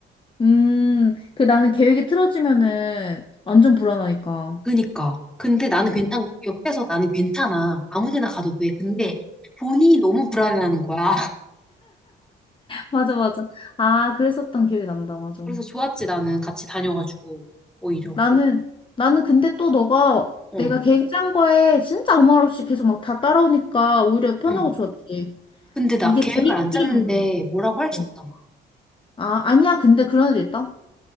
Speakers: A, on the left; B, in the centre.
A: 음, 그 나는 계획이 틀어지면은 완전 불안하니까.
B: 그니까. 근데 나는
A: 음,
B: 괜찮, 옆에서 나는 괜찮아. 아무 데나 가도 돼. 근데 본인이 너무 불안해하는 거야.
A: 맞아, 맞아. 아, 그랬었던 기억이 난다, 맞아.
B: 그래서 좋았지, 나는 같이 다녀가지고, 오히려.
A: 나는, 나는 근데 또 너가
B: 어,
A: 내가 계획 짠 거에 진짜 아무 말 없이 계속 막 다 따라오니까 오히려 편하고
B: 응.
A: 좋았지.
B: 근데 나
A: 이게
B: 계획을
A: 자기끼리
B: 안 짰는데
A: 만든 거야.
B: 뭐라고 할
A: 어.
B: 수 없잖아.
A: 아, 아니야. 근데 그런 애도 있다.